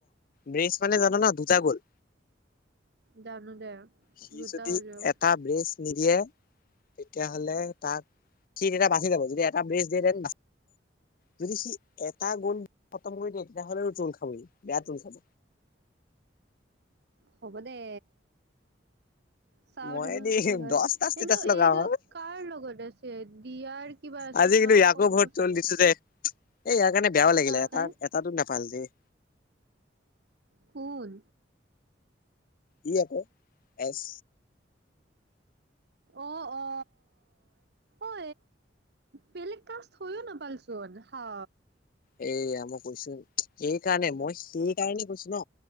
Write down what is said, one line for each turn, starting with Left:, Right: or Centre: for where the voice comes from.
Left: ব্ৰেইজ মানে জান ন দুটা গ'ল।
Right: জানোঁ দে।
Left: সি
Right: দুটা
Left: যদি
Right: হ'লেও
Left: এটা ব্ৰেজ- নিদিয়ে তেতিয়া হ'লে তাক সি তেতিয়া বাচি যাব। যদি এটা বেচ দিয়ে তেন যদি সি এটা গোল খতম কৰি দিয়ে তেতিয়া হ'লে টোল খাবই বেয়া টোল খাব।
Right: হ'ব দে। চাওঁ
Left: মই
Right: দেখোন
Left: দেই
Right: কি হয়
Left: দহটা ষ্টেটাচ
Right: এনে
Left: লগাও
Right: এই কাৰ লগত আছে দিয়াৰ কিবা আছিল
Left: আজি কিন্তু
Right: ন
Left: ইয়াকো
Right: কংগূ
Left: বহুত ট্ৰল
Right: চাগে।
Left: দিছো দে। এই ইয়াৰ কাৰণে। বেয়াও লাগিলে
Right: কাকে
Left: এটা এটাতো নেপাল দেই।
Right: সোন
Left: ই আকৌ এছ।
Right: অ অ ঐ বেলেগ কাষ্ট হয়ও নেপালেচুন। অ।
Left: এয়া মই কৈছোঁ সেইকাৰণে মই সেই কাৰণেই কৈছোঁ ন